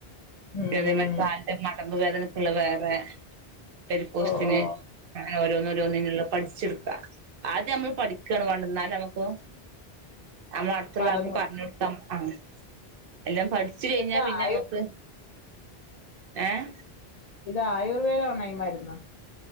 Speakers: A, on the left (about 55°); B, on the right (about 65°).
A: മേടിക്കാം ഉം ഉം
B: <unintelligible>
A: ഉം
B: കാലിന്റെ മടമ്പ് വേദനക്കുള്ളത് വേറെ വെരിക്കൊസിന്
A: ഓ ഓ
B: അങ്ങനെ ഓരോന്നുഓരോന്നിനുള്ള പഠിച്ചെടുക്ക ആദ്യം നമ്മള് പഠിക്കാണ് വേണ്ടന്നാലമ്മ്ക്ക് നമ്മള അടുത്തുള്ളൾക്ക്
A: പറഞ്ഞു
B: പറഞൊടുക്കാ ആഹ് എല്ലാംപഠി ച് കഴിഞ്ഞാ
A: ഇതൊക്കെ
B: പിന്നെമ്മക്ക്
A: ആയു
B: ഏഹ്
A: ഇത് ആയുർവേദണാ ഈമരുന്ന്